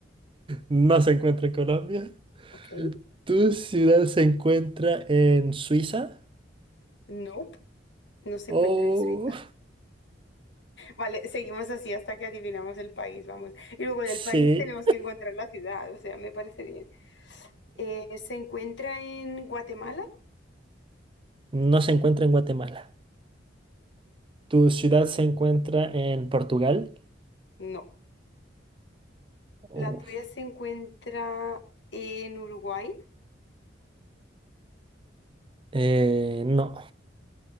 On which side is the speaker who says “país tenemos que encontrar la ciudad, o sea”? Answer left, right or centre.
Left